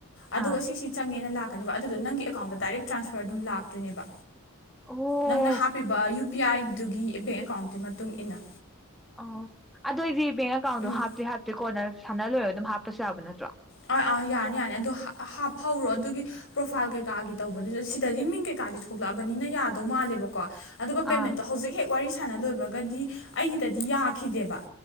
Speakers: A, on the left; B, in the centre.
A: ꯑꯗꯨꯒ
B: ꯑꯥ
A: ꯁꯤꯁꯤ ꯆꯪꯉꯦꯅ ꯂꯥꯛ ꯕ ꯑꯗꯨꯗꯣ ꯅꯪꯒꯤ ꯑꯦꯀꯥꯎꯟꯗ ꯗꯥꯏꯔꯦꯛ ꯇ꯭ꯔꯥꯟꯁꯐꯔ ꯑꯗꯨꯝ ꯂꯥꯛꯇꯨꯏꯅꯦꯕ
B: ꯑꯣ
A: ꯅꯪꯅ ꯍꯥꯞꯄꯤꯕ ꯄꯤ ꯑꯥꯏ ꯗꯨꯒꯤ ꯕꯦꯡ ꯑꯦꯀꯥꯎꯟꯗꯨꯒꯤ ꯃꯇꯨꯡ ꯏꯟꯅ
B: ꯑꯣ ꯑꯗꯣ ꯑꯩꯗꯤ ꯦꯡ ꯑꯀꯥꯎꯟꯣ
A: ꯎꯝ
B: ꯍꯥꯄꯤ ꯍꯥꯄꯤꯦ ꯀꯣꯟꯅ ꯁꯥꯟꯅ ꯂꯣꯏꯔꯒ ꯑꯗꯨꯝ ꯍꯥꯞꯄꯁꯨ ꯌꯥꯕ ꯅꯠꯇ꯭ꯔꯣ
A: ꯑ ꯑꯥ ꯌꯥꯅꯤ ꯌꯥꯅꯤ ꯑꯗꯨꯣ ꯍꯥꯞꯍꯧꯔꯣ ꯑꯗꯨꯒꯤ ꯄ꯭ꯔꯣꯐꯥꯏꯜ ꯀꯩꯀꯥꯒꯤ ꯇꯧꯕꯗꯨꯗ ꯁꯤꯗꯗꯤ ꯃꯤꯡ ꯀꯩꯀꯥꯗꯤ ꯊꯣꯛꯂꯛꯑꯕꯅꯤꯅ ꯌꯥꯗꯧ ꯃꯥꯜꯂꯦꯕꯀꯣ ꯑꯗꯨꯒ ꯄꯦꯃꯦꯟꯇꯣ
B: ꯑꯥ
A: ꯍꯧꯖꯤꯛ ꯍꯦꯛ ꯋꯥꯔꯤ ꯁꯥꯟꯅ ꯂꯣꯏꯕꯒꯗꯤ ꯑꯩꯒꯤꯗꯗꯤ ꯌꯥꯈꯤꯗꯦꯕ